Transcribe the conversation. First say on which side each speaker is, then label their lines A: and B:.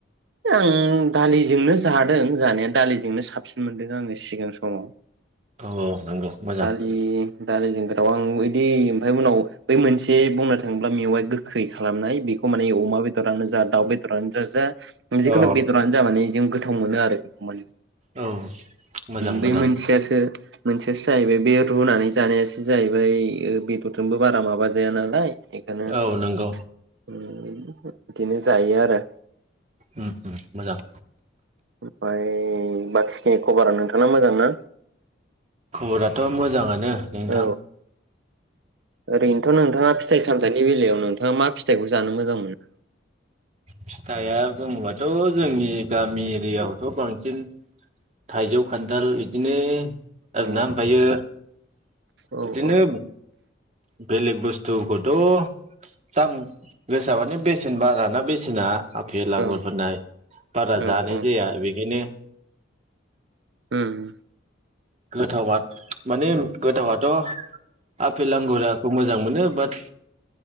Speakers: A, on the right; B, on the right.
A: आं दालिजोंनो जादों जानाया दालिजोंनो साबसिन मोनदों आंङो सिगां समाव।
B: औ औ नंगौ मोजां
A: दालि दालिजों गोथाव आं यैदि ओमफ्राय उनाव बै मोनसे बुंनो थाङोब्ला मेवाय गोखै खालामनाय बेखौ माने अमा बेदरानो जा दाउ बेदरानो जा जा जिखुनु
B: औ
A: बेदरानो जा माने जों गोथाव मोनो आरो बेखौ माने
B: औ मोजां
A: बै
B: मोजां
A: मोनसेयासो मोनसे जाहैबाय बे रुनानै जानायासो जाहैबाय बेदरजोंबो बारा माबा जाया नालाय बेखोनो ओम
B: औ नंगौ
A: इदिनोथ बिदिनो जायो आरो
B: उम उम मोजां
A: ओमफ्राय बाखिखिनि खबरा नोंथाङा मोजां ना
B: खबराथ' मोजाङानो नो नोंथां
A: औ ओरैनोथ नोंथाङा फिथाइ सामथायाइनि बेलायाव नोंथाङा मा फिथाइखौ जानो मोजां मोनो
B: फिथाइआ बुङोबाथ जोंनि गामि एरियाआवथ बांसिन थाइजौ खान्थाल बिदिनो आरो
A: औ
B: ना ओमफ्रायो
A: औ
B: बिदिनो
A: औ
B: बेलेग बुस्थुखौथ दाम गोसा मानि बेसेन बारा ना बेसे सिना आफेल आांगुरफोरनाय
A: औ
B: बारा
A: औ
B: जानाय
A: औ
B: जाया बेखायनो
A: हम
B: गोथावआ माने गोथावाथ आफेल आंगुराखौ मोजां मोनो बाट